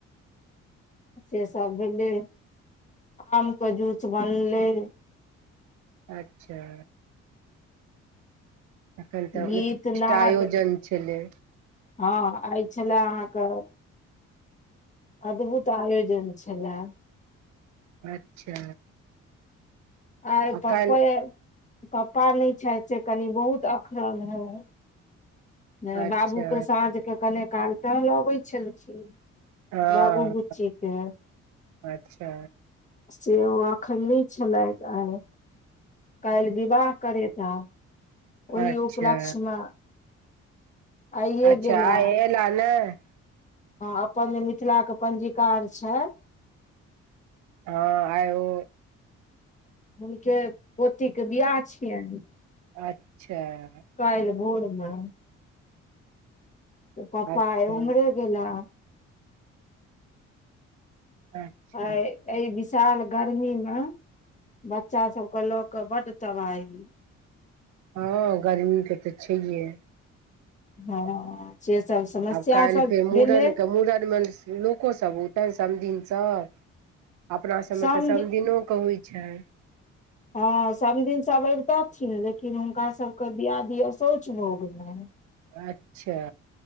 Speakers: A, on the left; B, on the right.
A: से सब भेलै, आम के जूस बनलै।
B: अच्छा। एखन तऽ
A: गीत
B: <inaudible>
A: नाद
B: आयोजन छलै।
A: हँ आइ छले अहाँके अद्भुत आयोजन छले।
B: अच्छा।
A: आइ
B: आ
A: पप्पे
B: काल्हि
A: पप्पा नहि छैथ से कनि बहुत अखरल हे। ने
B: अच्छा
A: बाबूक साँझ के कने काल टहलबय छलखिन।
B: ह
A: बाबू बुच्ची के
B: अच्छा।
A: से ओ अखैन नै छलैथ आइ। काल्हि विवाह करेता। ओहि
B: अच्छा
A: उपलक्ष्य में आइए
B: अच्छा
A: गेला।
B: <unintelligible>
A: अपन मिथिलाक पञ्जीकार छैय
B: हँ आइ ओ
A: हुनके पोती के बियाह छियनि।
B: अच्छा।
A: काल्हि भोर में। तऽ पप्पा
B: अच्छा
A: आइ ओम्हरे गेला हें।
B: अच्छा
A: आइ अइ विशाल गर्मी में बच्चा सबके लके बड तबाही।
B: हँ गर्मी के तऽ छैइये।
A: हँ। से सब समस्या
B: आब काल्हि
A: सब
B: फेर मुड़न
A: भेलै
B: के, मुड़न में <unintelligible> को सभ औतय समधिन सब अपना सबमें
A: समधि
B: तऽ समधिनो के होइ छय।
A: हँ समधिन सब ऐबितथिन लेकिन हुनका सबके दियादी अशौच भऽ गेलनि।
B: अच्छा।